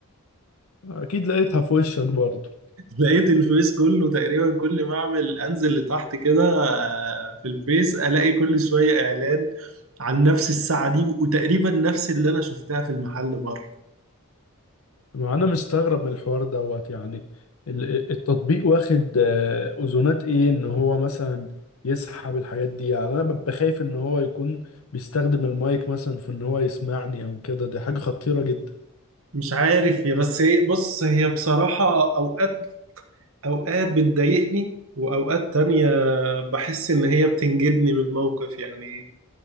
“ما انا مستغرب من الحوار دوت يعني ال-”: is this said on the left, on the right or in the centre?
Left